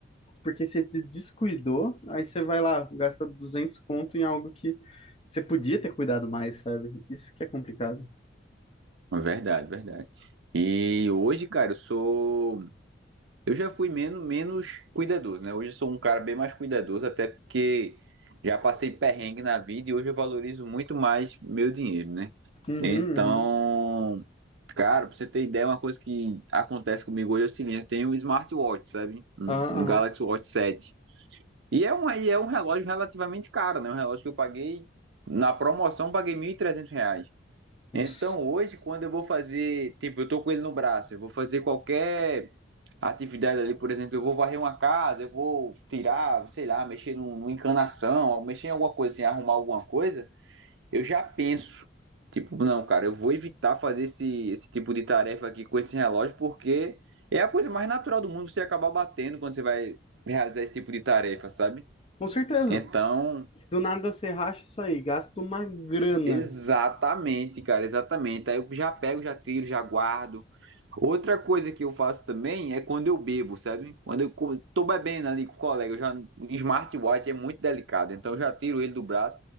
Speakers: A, on the left; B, on the right.
A: porque você se descuidou, aí você vai lá, gasta 200 conto em algo que você podia ter cuidado mais, sabe? Isso que é complicado.
B: Verdade, verdade. E hoje, cara, eu sou Eu já fui menos, menos cuidadoso, né? Hoje eu sou um cara bem mais cuidadoso, até porque já passei perrengue na vida e hoje eu valorizo muito mais meu dinheiro, né?
A: Uhum,
B: Então,
A: uhum.
B: cara, pra você ter ideia, uma coisa que acontece comigo hoje é o seguinte, eu tenho um smartwatch, sabe? Um,
A: Aham,
B: um
A: aham.
B: Galaxy Watch sete. E é um, e é um relógio relativamente caro, né? Um relógio que eu paguei, na promoção, eu paguei 1.300 reais.
A: Nossa.
B: Então, hoje, quando eu vou fazer, tipo, eu tô com ele no braço, eu vou fazer qualquer atividade ali, por exemplo, eu vou varrer uma casa, eu vou tirar, sei lá, mexer num- numa encanação, ou mexer em alguma coisa, assim, arrumar alguma coisa, eu já penso. Tipo, não, cara, eu vou evitar fazer esse, esse tipo de tarefa aqui com esse relógio, porque é a coisa mais natural do mundo você acabar batendo quando você vai realizar esse tipo de tarefa, sabe?
A: Com certeza.
B: Então,
A: Do nada você racha isso aí, gasta uma grana.
B: exatamente, cara, exatamente. Aí eu já pego, já tiro, já guardo. Outra coisa que eu faço também é quando eu bebo, sabe? Quando eu co- tô bebendo ali com o colega, eu já, o smartwatch é muito delicado, então eu já tiro ele do braço.